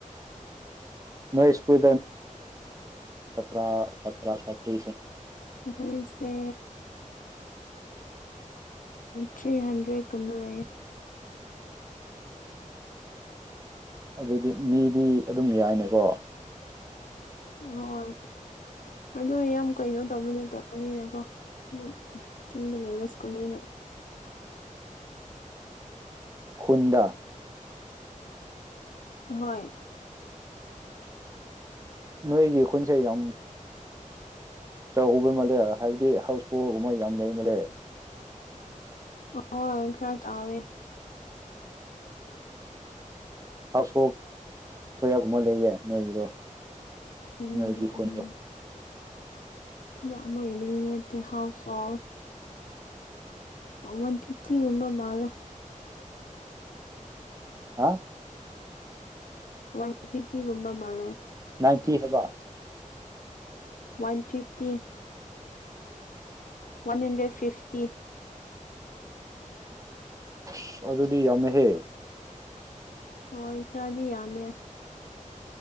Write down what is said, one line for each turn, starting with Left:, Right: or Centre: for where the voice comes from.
Right: ꯅ ꯏꯁꯀꯨꯜ ꯀ ꯁ ꯁ ꯁꯇ
Left: ꯑꯩꯈꯣꯏꯁꯦ ꯊ꯭ꯔꯤ ꯍꯟꯗ꯭ꯔꯦꯠ ꯀꯨꯝꯕ ꯂꯩꯌꯦ
Right: ꯑꯗꯨꯗꯤ ꯃꯤꯗꯤ ꯑꯗꯨꯝ ꯌꯥꯏꯅꯦꯀꯣ
Left: ꯍꯣꯏ ꯑꯗꯨ ꯌꯥꯝ ꯀꯩꯅꯣ ꯇꯧꯕ ꯅꯠꯇꯕꯅꯤꯅꯀꯣ ꯑꯗꯨꯝ ꯇꯤꯡꯗ ꯂꯩꯕꯁꯀꯨꯅꯦꯅ
Right: ꯍꯣꯟꯗ
Left: ꯍꯣꯏ
Right: ꯅꯣꯏꯒꯤ ꯈꯨꯟꯁ ꯌꯥꯝ ꯆꯥꯎꯧꯕ ꯃꯥꯜꯂꯦ ꯍꯥꯏꯕꯗꯤ ꯍꯥꯎꯁꯕꯣꯜꯒꯨꯝꯕ ꯌꯥꯝ ꯂꯩ ꯃꯥꯜꯂꯦ
Left: ꯑꯣ ꯈꯔ ꯆꯥꯎꯋꯦ
Right: ꯍꯥꯎꯁ ꯍꯣꯜꯕ ꯀꯌꯥꯒꯨꯝꯕ ꯂꯩꯒꯦ ꯅꯣꯏꯒꯤꯗꯣ
Left: ꯎꯝ
Right: ꯅꯣꯏꯒꯤ ꯈꯣꯟꯗꯣ
Left: ꯌꯥꯝ ꯑꯣꯏꯕꯅꯤꯅꯠꯇꯦ ꯍꯥꯎꯁ ꯑꯣꯥꯎꯐ ꯋꯥꯟ ꯐꯤꯐꯇꯤ ꯎꯨꯝ ꯃꯥꯂ
Right: ꯍꯥ
Left: ꯋꯥꯟ ꯐꯤꯐꯇꯤꯒꯨꯝꯕ ꯃꯥꯜꯂꯦ
Right: ꯅꯥꯏꯟꯇꯤ ꯍꯥꯏꯕ
Left: one fifty one hundred fifty
Right: ꯑꯁ ꯑꯗꯨꯗꯤ ꯌꯥꯝꯃꯦꯍꯦ
Left: ꯍꯣꯏ ꯈꯔꯗꯤ ꯌꯥꯝꯃꯦ